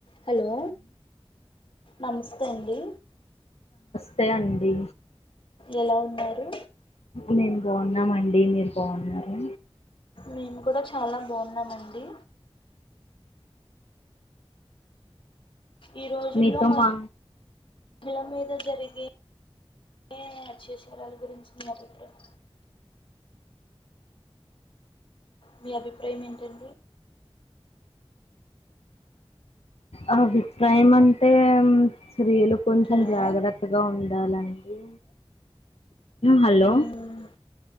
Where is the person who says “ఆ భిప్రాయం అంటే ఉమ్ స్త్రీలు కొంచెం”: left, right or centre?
Left